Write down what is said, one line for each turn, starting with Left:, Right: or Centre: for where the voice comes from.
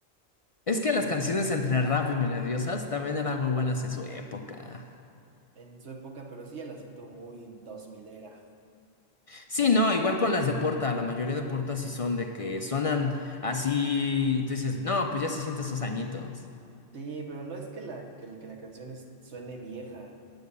Left: Es que las canciones entre rap y melodiosas también eran muy buenas en su época.
Right: en su época, pero sí ya la siento muy dos milera.
Left: Sí, no, igual con las de Porta, la mayoría de Porta sí son de que suenan así y tú dices, no, pues ya se sienten esos añitos.
Right: Sí, pero no es que la, que, la que la canción es- suene vieja,